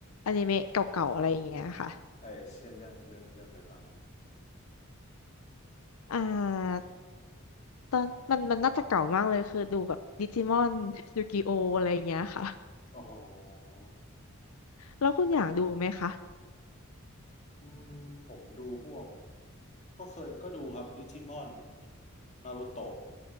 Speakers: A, on the left; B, on the left.
A: อนิเมะเก่าๆอะไรอย่างเงี้ยค่ะ
B: เอเช่นเรื่องเรื่องเรื่องอะไรบ้างฮะ
A: อ่าตอนมันมันน่าจะเก่ามากเลยคือดูแบบดิจิมอนยูกิโออะไรอย่างเงี้ยค่ะ
B: อ๋อ
A: แล้วคุณอยากดูไหมคะ
B: อืมผมดูพวกก็เคยก็ดูครับดิจิมอนนารูโตะ